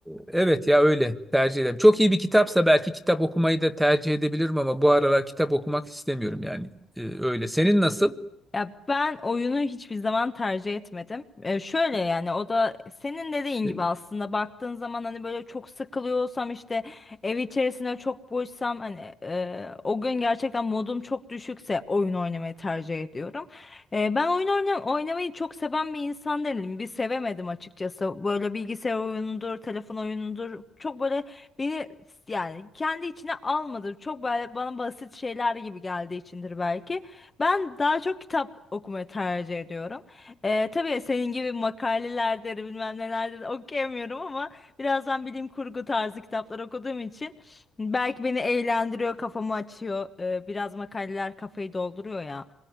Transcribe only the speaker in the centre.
evet ya öyle tercih ederim. Çok iyi bir kitapsa belki kitap okumayı da tercih edebilirim ama bu aralar kitap okumak istemiyorum yani E, öyle. Senin nasıl?
E,